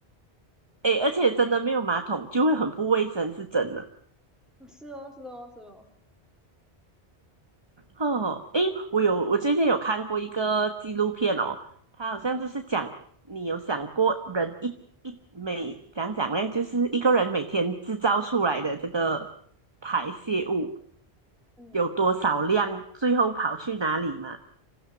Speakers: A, on the right; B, in the centre.
A: 诶，而且真的没有马桶就会很不卫生，
B: 哎，
A: 是真的。
B: 哦是哦是哦是哦，
A: 哦，诶，我有，我最近有看过一个纪录片哦，它好像就是讲，你有想过人一一每讲讲嘞，就是一个人每天制造出来的这个排泄物。
B: 嗯，
A: 有多少量，最后跑去哪里嘛？